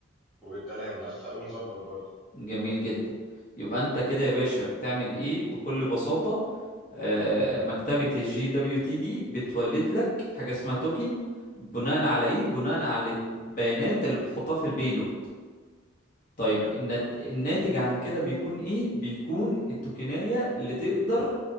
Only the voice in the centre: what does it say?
وبالتالي هننسق ونظبط برضه
حلو
جميل